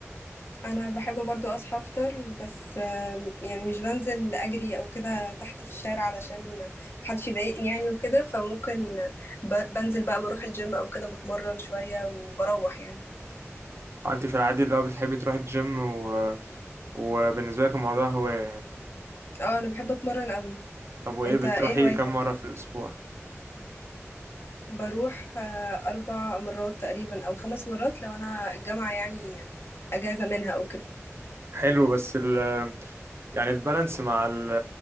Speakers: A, on the left; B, on the right.
A: انا بحب برضو اصحى افطر بس آم، يعني مش بنزل اجري او كده تحت في الشارع علشان محدش يضايقني يعني وكده فممكن ب- بنزل بقى بروح الجيم او كده بتمرن شوية وبروح يعني
B: آه، انت في العادي اللي هو بتحبي تروحي الجيم و... وبالنسبه لك الموضوع هوايه يعني
A: اه انا بحب اتمرن قوي
B: طب وايه
A: انت
B: بتروحي
A: ايه هوايتك
B: كم مره في الاسبوع
A: بروح آه، اربع مرات تقريبا او خمس مرات لو انا الجامعة يعني اجازة منها او كده
B: حلو بس ال يعني البالانس مع ال